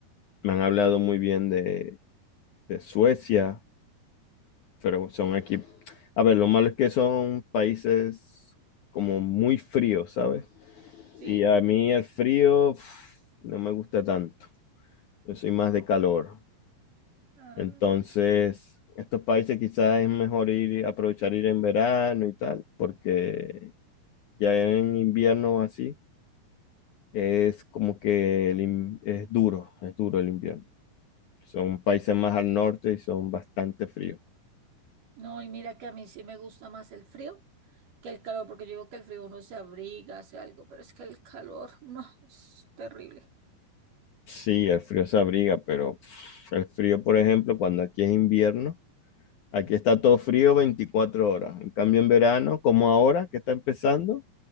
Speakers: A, on the left; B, on the right.
A: me han hablado muy bien de, de Suecia, pero son aquí, a ver, lo malo es que son países como muy fríos, ¿sabes?
B: sí,
A: Y a
B: sí.
A: mí el frío uf, no me gusta tanto, yo soy más de calor.
B: Ay.
A: Entonces, estos países quizás es mejor ir, aprovechar ir en verano y tal, porque ya en invierno así es como que el in- es duro, es duro el invierno. Son países más al norte y son bastante fríos.
B: No, y mira que a mí sí me gusta más el frío que el calor, porque yo digo que el frío uno se abriga, hace algo, pero es que el calor, <laughs> no, es terrible.
A: Sí, el frío se abriga, pero pff, el frío, por ejemplo, cuando aquí es invierno, aquí está todo frío 24 horas. En cambio, en verano, como ahora que está empezando,